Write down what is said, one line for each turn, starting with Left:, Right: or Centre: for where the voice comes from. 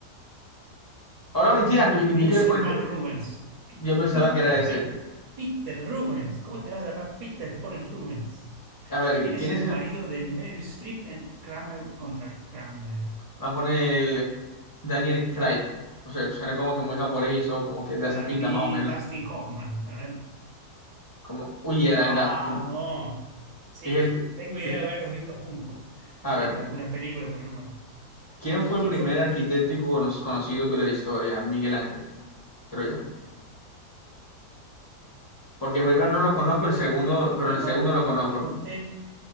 Left: Oh, no, mentira, yo, yo-
Right: Vincent
Left: yo- ¿qué puede
Right: Van
Left: ser?
Right: Rubens, Pi-
Left: Yo pensaba
Right: Peter,
Left: que era ese.
Right: Pe- Peter Rubens, ¿cómo te vas a llamar Peter Paul Rubens?
Left: A ver,
Right: ¿Quién
Left: ¿quién
Right: es el
Left: es el...
Right: marido
Left: Vamos
Right: de Meryl Streep en Kramer contra Kramer?
Left: a poner el Daniel Craig. O sea, suena como que muy japonés y eso, como que de
Right: Para
Left: esas pintas
Right: mí,
Left: más o menos.
Right: Dustin Hoffman. A ver.
Left: Como, uy, era
Right: Vamos.
Left: el Dustin.
Right: Sí,
Left: Dije,
Right: tengo idea
Left: it-
Right: de haberlos visto juntos
Left: a ver,
Right: en alguna película, pero no me...
Left: ¿quién fue
Right: ¿Quién
Left: el primer
Right: fue?
Left: arquitecto cono- conocido de la historia? Miguel Ángel, creo yo. Porque el primero no lo conozco, el segundo,
Right: Im-
Left: pero
Right: Imo-
Left: el segundo lo conozco.
Right: Imhotep,